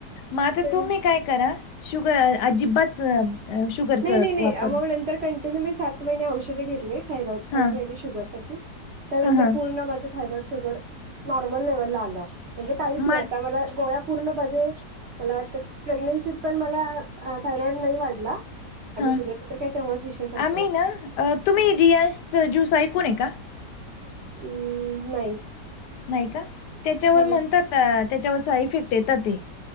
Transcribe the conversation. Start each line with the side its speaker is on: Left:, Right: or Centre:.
Left: मता
Right: काही
Left: तुम्ही काय करा शुग अजिबात शुगरचा
Right: नाही नाही नाही
Left: वापर
Right: मग नंतर कंटिन्यू मी सात महिने औषधे घेतले थायरॉइड साठी
Left: हां
Right: आणि शुगर साठी त्यानंतर
Left: हां हां
Right: पूर्ण माझे थायरॉइड शुगर नॉर्मल लेवलला आल म्हणजे काही नाही
Left: मग
Right: आता मला गोळ्या पूर्ण बरी मला वाटत प्रेग्नेन्सीत पण मला थायरॉइड नाही वाढला आणि
Left: हा
Right: शुगरचा तर काही तेव्हाच विषय संपला.
Left: आम्ही ना तुम्ही रियाज ज्यूस ऐकून आहे का?
Right: हम्म नाही.
Left: नाही का त्याच्यावर
Right: ह
Left: म्हणतात
Right: ह
Left: त्याच्यावर साई इफेक्ट येतात ते